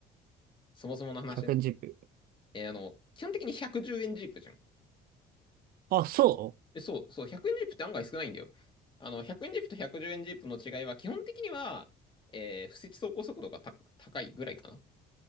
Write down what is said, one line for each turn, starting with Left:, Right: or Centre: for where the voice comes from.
Left: そもそもの話ね。
Right: 100円ジップ。
Left: えーあの、基本的に110円ジープじゃん。
Right: あ、そ
Left: え、そう、そう、100円ジープって案外少ないんだよ。あの、100円ジープと110円ジープの違いは基本的には、えー不設走行速度がた高いぐらいかな。